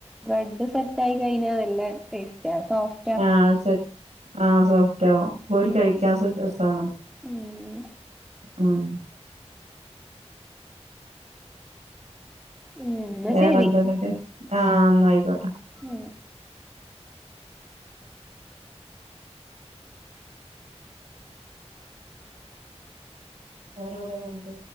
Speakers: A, in the centre; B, on the right.
A: ബ്രെഡ് സെറ്റായി കഴിഞ്ഞാ നല്ല ടേസ്റ്റാ സോഫ്
B: ആഹ് സെ ആഹ് സോഫ്റ്ഠാവും കോരി
A: ഉം
B: കഴിക്കാൻ സുഖ സാണ്.
A: ഉം
B: ആഹ്
A: ഉം ന്നാ
B: വേറെന്താന്ന്ട്ട്
A: ശരി
B: ആഹ് ന്നായിക്കോട്ടെ
A: ഉം
B: വേറെ ഇവിടെന്നുണ്ട്